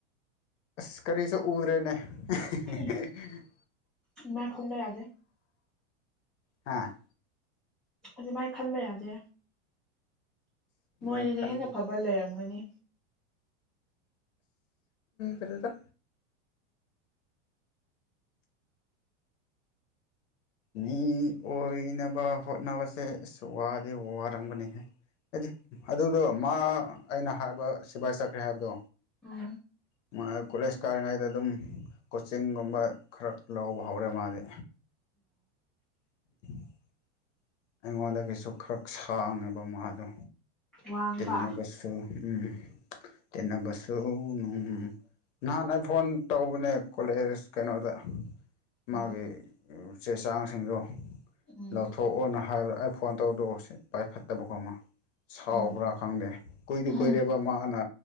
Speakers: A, on the left; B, in the centre.
A: ꯑꯁ ꯀꯔꯤꯁꯨ ꯎꯗ꯭ꯔꯦꯅꯦ <unintelligible>
B: ꯎꯝ ꯃꯥꯏ ꯈꯟꯕ ꯌꯥꯗꯦ
A: ꯍꯥꯥ
B: ꯑꯗꯨ ꯃꯥꯏ ꯈꯟꯕ ꯌꯥꯗꯦ
A: ꯑꯗꯨꯃꯥꯏꯅ
B: ꯃꯣꯏꯗꯤꯗꯤ
A: ꯈꯟ
B: ꯍꯦꯟꯅ ꯐꯕ ꯂꯩꯔꯝꯒꯅꯤ
A: ꯏꯔꯗ ꯃꯤ ꯑꯣꯏꯅꯕ ꯍꯣꯠꯅꯕꯁꯦ ꯑꯁ ꯋꯥꯗꯤ ꯋꯥꯔꯝꯒꯅꯤ ꯗꯤ ꯑꯗꯨꯗꯣ ꯃꯥ ꯑꯩꯅ ꯍꯥꯏꯕ ꯁꯤꯕꯥꯥꯏ ꯆꯠꯈ꯭ꯔꯦ ꯍꯥꯏꯕꯗꯣ
B: ꯎ
A: ꯃꯥ ꯀꯣꯂꯦꯖ ꯀꯥꯔꯤꯉꯩꯗ ꯑꯗꯨꯝ ꯀꯣꯆꯤꯡꯒꯨꯝꯕ ꯈꯔ ꯂꯧꯕ ꯍꯧꯔꯦ ꯃꯥꯗꯤ ꯑꯗꯨ ꯑꯩꯉꯣꯟꯗꯒꯤꯁꯨ ꯈꯔ ꯁꯥꯡꯉꯦꯕ ꯃꯥꯗꯣ
B: ꯋꯥꯡꯕ
A: ꯇꯤꯟꯅꯕꯁꯨ ꯎꯝ ꯇꯅꯕꯁꯣꯅ ꯅꯍꯥꯟ ꯑꯩ ꯐꯣꯟ ꯇꯧꯕꯅꯦ ꯀꯣꯂꯦꯖ ꯀꯩꯅꯣꯗ
B: ꯎꯝ
A: ꯃꯥꯒꯤ ꯆꯦ ꯆꯥꯡꯁꯤꯡꯗꯣ
B: ꯎꯝ
A: ꯂꯧꯊꯣꯛꯑꯣꯅ ꯍꯥꯏꯕ ꯑꯩ ꯐꯣꯟ ꯇꯧꯗꯣ ꯁꯤ ꯄꯥꯏꯈꯠꯇꯕꯀꯣ ꯃꯥ ꯀꯥꯎꯕ꯭ꯔꯥ
B: ꯎꯝ
A: ꯈꯪꯗꯦ ꯀꯨꯏꯗꯤ
B: ꯎꯝ
A: ꯀꯨꯏꯔꯦꯕ ꯃꯥꯅ